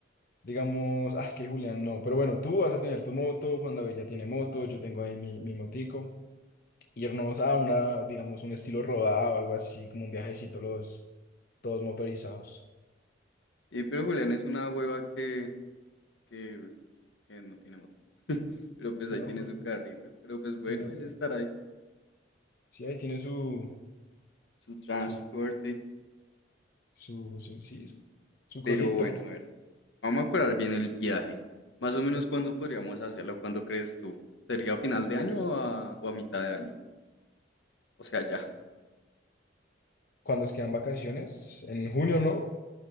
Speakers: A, on the left; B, on the left.
A: Digamos, ah, es que Julián no, pero bueno, tú vas a tener tu moto, Juan David ya tiene moto, yo tengo ahí mi, mi motico. Irnos a una, digamos, un estilo rodado, algo así, como un viajecito, los, todos motorizados.
B: Y pero Julián es una hueva que, que, que no tiene moto. <laughs> Pero pues
A: No,
B: ahí tiene
A: Jul,
B: su carrito. Pero pues bueno,
A: tiene,
B: él estará ahí.
A: sí, ahí tiene su,
B: Su transporte.
A: su, su, su, sí, su, su
B: Pero
A: cosito.
B: bueno, a ver. Vamos a acordar bien el viaje. Más o menos cuándo podríamos hacerlo, ¿cuándo crees tú? ¿Sería a final de año o a, o a mitad de año? O sea, ya.
A: Cuando es quedan vacaciones, en junio, ¿no?